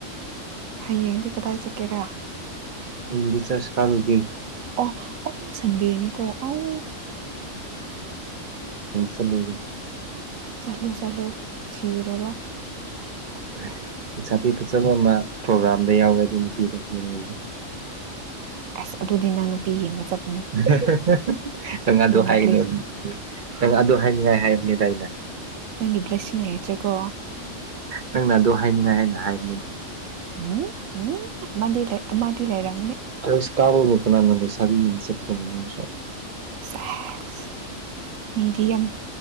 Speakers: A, on the right (about 80°); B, on the right (about 45°).
A: ꯍꯌꯦꯡꯗꯤ ꯀꯗꯥꯏ ꯆꯠꯀꯦꯔꯥ
B: ꯍꯌꯦꯡꯗꯤ ꯆꯔꯁ ꯀꯥꯔꯨꯒꯦ
A: ꯑꯣ ꯑꯣ ꯁꯟꯗꯦꯅꯤꯀꯣ ꯑꯧ
B: ꯁꯟꯗꯦꯅꯤ
A: ꯆꯂꯣ ꯆꯂꯣ ꯊꯤꯔꯔꯨꯔꯣ
B: <inaudible> ꯄꯁꯥꯕꯤ ꯐꯆꯕ ꯑꯃ ꯄ꯭ꯔꯣꯒ꯭ꯔꯥꯝꯗ ꯌꯥꯎꯋꯦ ꯑꯗꯨ ꯅꯨꯄꯤꯗ ꯌꯦꯡꯉꯨꯒꯦ
A: ꯑꯁ ꯑꯗꯨꯗꯤꯅ ꯅꯨꯄꯤ ꯌꯦꯡꯕ ꯆꯠ||
B: <unintelligible> ꯅꯪ ꯑꯗꯨ
A: ꯅꯪꯒꯤ
B: ꯍꯥꯏꯒꯅꯦꯕ
A: ꯕ꯭ꯂꯦꯁ
B: ꯅꯪ ꯑꯗꯨ ꯍꯥꯏꯅꯤꯡꯉꯥꯏ ꯍꯥꯏꯕꯅꯤꯗ ꯑꯩꯅ
A: ꯅꯪꯒꯤ ꯕ꯭ꯂꯦꯁꯤꯡ ꯂꯩꯇ꯭ꯔꯦꯀꯣ
B: ꯅꯪꯅ ꯑꯗꯨ ꯍꯥꯏꯅꯤꯡꯉꯥꯏ ꯍꯥꯏꯅ ꯍꯥꯏꯕ
A: ꯎꯝ ꯎꯝ ꯑꯃꯗꯤ ꯂꯩ ꯑꯃꯗꯤꯗꯤ ꯂꯩꯔꯝꯅꯤ
B: ꯀꯁ ꯀꯥꯕ ꯑꯣꯏꯠꯇ ꯅꯥꯟ ꯁꯕꯤꯁꯁꯦ
A: ꯁꯦꯁ ꯃꯤꯗꯤ ꯌꯥꯝ